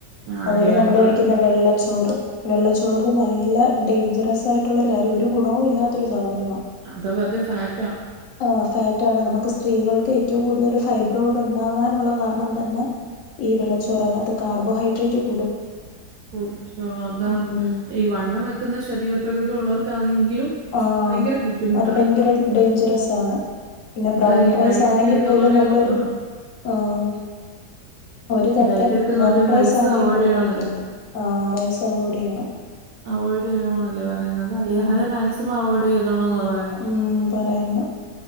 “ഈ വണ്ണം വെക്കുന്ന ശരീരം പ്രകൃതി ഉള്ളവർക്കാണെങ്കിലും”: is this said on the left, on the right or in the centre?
Right